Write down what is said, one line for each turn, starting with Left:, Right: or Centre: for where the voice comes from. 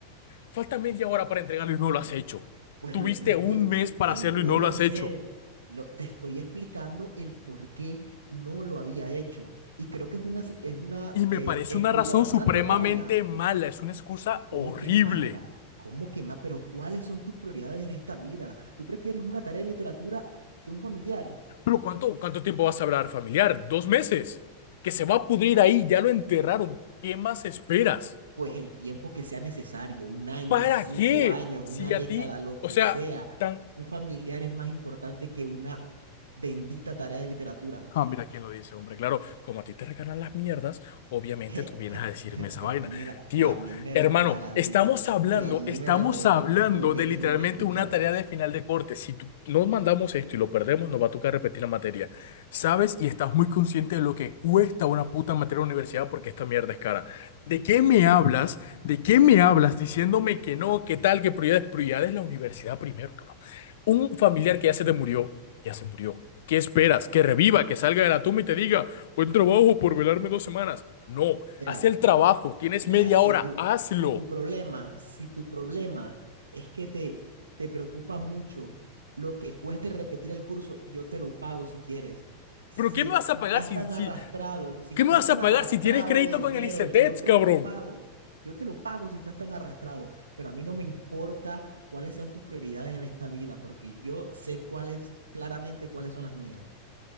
Left: Falta media hora para entregarlo y no lo has hecho.
Right: Pues
Left: Tuviste
Right: lo, lo
Left: un
Right: voy,
Left: mes para
Right: que
Left: hacerlo
Right: lo voy
Left: y no lo has
Right: a hacer.
Left: hecho.
Right: Lo, te estoy explicando el por qué no lo había hecho. Y creo que es una, es una
Left: Y me
Right: eh,
Left: parece
Right: excusa
Left: una razón
Right: bastante
Left: supremamente
Right: válida.
Left: mala. Es una excusa
Right: ¿Cómo
Left: horrible.
Right: que mala? ¿Cómo que ma- Pero ¿cuáles son tus prioridades en esta vida? ¿Tú prefieres una tarea de literatura que un familiar?
Left: Pero ¿cuánto, cuánto tiempo vas a hablar, familiar? ¿Dos meses? Que se va a pudrir ahí. Ya lo enterraron. ¿Qué más esperas?
Right: pues el tiempo que sea necesario, un año,
Left: ¿Para
Right: cinco
Left: qué?
Right: años,
Left: Si
Right: una
Left: a
Right: década,
Left: ti,
Right: lo
Left: o
Right: que
Left: sea,
Right: sea,
Left: tan
Right: un familiar es más importante que una bendita tarea de literatura.
Left: Ah,
Right: <laughs>
Left: mira quién lo dice, hombre. Claro, como a ti te regalan las mierdas, obviamente
Right: Que,
Left: tú vienes a decirme
Right: que,
Left: esa vaina.
Right: a mí me la,
Left: Tío,
Right: que a mí me
Left: hermano,
Right: la regalan,
Left: estamos
Right: dices,
Left: hablando,
Right: que a mí
Left: estamos
Right: me la regalan,
Left: hablando
Right: es que lo que
Left: de
Right: tengo
Left: literalmente
Right: que escuchar.
Left: una tarea de final de corte. Si tú- nos mandamos esto y lo perdemos, nos va a tocar repetir la materia. ¿Sabes? Y estás muy consciente de lo que cuesta una puta materia en la universidad porque esta mierda es cara. ¿De qué me hablas? ¿De qué me hablas diciéndome que no, qué tal, que prioridades? Prioridades la universidad primero, cabrón. Un familiar que ya se te murió, ya se murió. ¿Qué esperas? ¿Que reviva, que salga de la tumba y te diga, buen trabajo por velarme dos semanas? No,
Right: Mira,
Left: haz el trabajo, tienes
Right: Mira,
Left: media
Right: si
Left: hora,
Right: tu,
Left: hazlo.
Right: si tu problema, si tu problema es que te, te preocupa mucho lo que cueste repetir el curso, yo te lo pago si quieres. Si
Left: ¿Pero qué me
Right: es
Left: vas a
Right: que
Left: pagar
Right: estás
Left: si,
Right: tan
Left: si,
Right: arrastrado, si
Left: qué
Right: estás
Left: me vas
Right: tan
Left: a pagar
Right: arrastrado
Left: si tienes crédito
Right: de dinero,
Left: con el ICETEX,
Right: yo te
Left: cabrón?
Right: lo pago. Yo te lo pago si estás tan arrastrado, pero a mí no me importa cuáles sean tus prioridades en esta vida, porque yo sé cuáles, claramente cuáles son las mías.